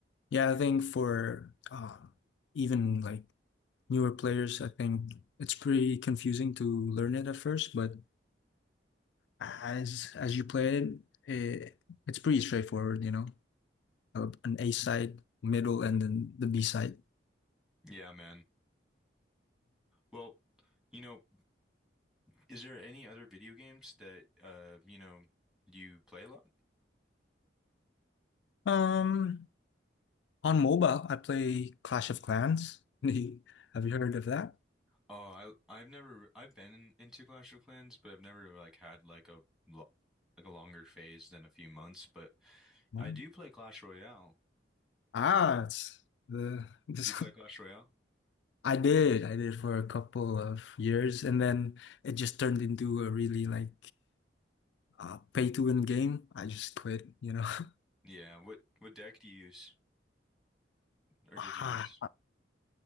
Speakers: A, on the left (about 75°); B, in the centre.
A: Yeah, I think for um, even like newer players, I think it's pretty confusing to learn it at first, but as as you play it, it it's pretty straightforward, you know, Uh, an A side, middle, and then the B side.
B: Yeah, man. Well, you know, is there any other video games that uh you know you play a lot?
A: Um, on mobile, I play Clash of Clans. <laughs> Have you heard of that?
B: Oh, I I've never I've been in, into Clash of Clans, but I've never like had like a lo like a longer phase than a few months. But
A: No.
B: I do play Clash Royale.
A: Ah, it's the this,
B: Do you play Clash
A: <laughs>
B: Royale?
A: I did. I did for a couple of years, and then it just turned into a really like uh, pay to win game, I just quit, you know. <laughs>
B: Yeah. What what deck do you use, or
A: Ah,
B: did you use?